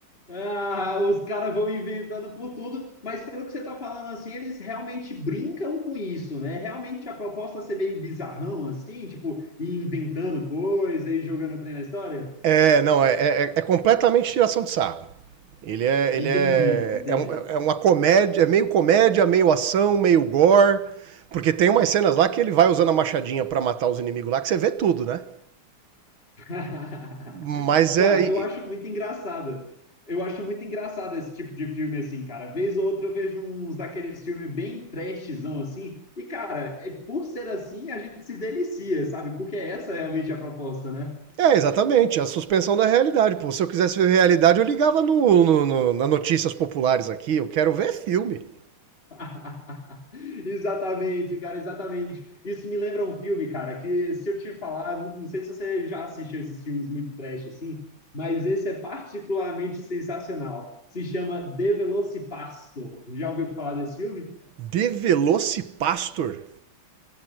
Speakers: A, on the left; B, on the right.
A: Ah, os caras vão inventando por tudo, mas pelo que você tá falando assim, eles realmente brincam com isso, né? Realmente a proposta é ser meio bizarrão assim, tipo, ir inventando coisa e jogando trem na história?
B: É, não, é, é- é completamente tiração de sarro. Ele é,
A: Entendi,
B: ele é,
A: entendi.
B: é, um- é uma comédia, é meio comédia, meio ação, meio gore, porque tem umas cenas lá que ele vai usando a machadinha pra matar os inimigos lá, que você vê tudo, né?
A: <laughs>
B: Mas
A: Cara,
B: é, e-
A: eu acho muito engraçado. Eu acho muito engraçado esse tipo de filme, assim, cara. Vez ou outra eu vejo uns daqueles filmes bem trashzão, assim. E, cara, é- por ser assim, a gente se delicia, sabe? Porque essa é realmente a proposta, né?
B: é exatamente, é a suspensão da realidade. Pô, se eu quisesse ver realidade, eu ligava no, no, no- na notícias populares aqui. Eu quero ver filme.
A: <laughs> exatamente, cara, exatamente. Isso me lembra um filme, cara, que se eu te falar, não, não sei se você já assistiu esses filmes muito trash assim, mas esse é particularmente sensacional. Se chama De Velocipastor. Já ouviu falar desse filme?
B: De Velocipastor,